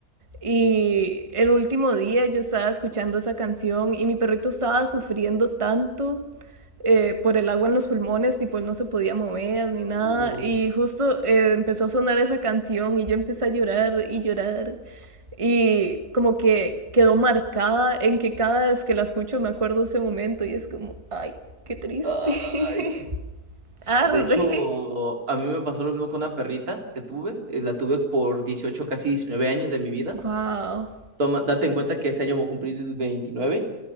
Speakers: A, on the right (about 20°); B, on the right (about 75°).
A: Y el último día yo estaba escuchando esa canción y mi perrito estaba sufriendo tanto eh, por el agua en los pulmones, tipo él no se podía mover ni nada.
B: Uh,
A: Y justo eh, empezó a sonar esa canción y yo empecé a llorar y llorar. Y como que quedó marcada en que cada vez que la escucho me acuerdo ese momento y es como, ay, qué triste.
B: ay.
A: <laughs> Arde.
B: De hecho, a mí me pasó lo mismo con una perrita que tuve. eh, La tuve por 18 casi 19 años de mi vida.
A: Wow.
B: Toma, date en cuenta que este año voy a cumplir 29,